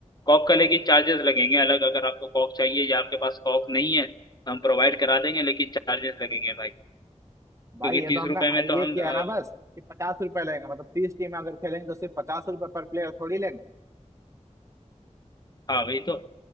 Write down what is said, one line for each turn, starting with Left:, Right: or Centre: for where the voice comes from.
Left: कॉक का लेकिन चार्जेस लगेंगे अलग अगर आपको कॉक चाहिए या आपके पास कॉक नहीं है तो हम प्रोवाइड करा देंगे लेकिन चार्जेस लगेंगे भाई
Right: भाई
Left: क्योंकि
Right: ये तो
Left: तीस
Right: हमने
Left: रुपए
Right: अरे
Left: में तो
Right: ये
Left: हम
Right: किया
Left: अ,
Right: ना बस कि पचास रुपए लेंगे मतलब तीस टीम अगर खेलेंगे तो सिर्फ पचास रुपए पर प्लेयर थोड़ी लेंगे
Left: हाँ वही तो